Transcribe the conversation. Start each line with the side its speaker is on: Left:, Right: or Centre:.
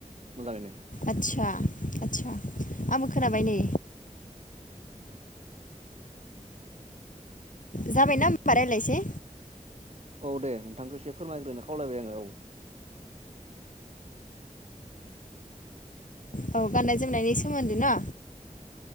Right: मोजाङैनो
Left: आदसा आदसा आंबो खोनाबाय नै जाबायखोमा राय्लायसै
Right: औ दे नोंथांखौ एसे फोरमायग्रोनो खावलायबाय आङो औ
Left: औ गाननाय जोमनायनि सोमोन्दै ना